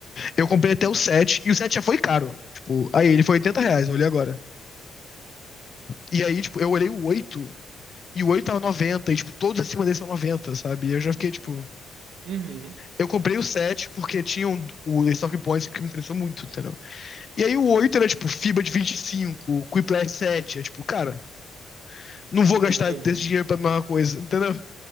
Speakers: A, on the left; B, on the right.
A: eu comprei até o 7 e o 7 já foi caro. Tipo, aí ele foi 80 reais,
B: Uhum.
A: eu olhei agora. E aí, tipo, eu olhei o 8 e o 8 tava noventa E, tipo, todos acima dele são noventa sabe? E eu já fiquei, tipo.
B: Uhum.
A: Eu comprei o 7 porque tinha um, o Talking Points que me interessou muito, entendeu? E aí o 8 era, tipo, FIBA de 25, Quiplash 7. É, tipo, cara. Não
B: Hum,
A: vou gastar
B: entendi.
A: desse dinheiro pra mesma coisa, entendeu?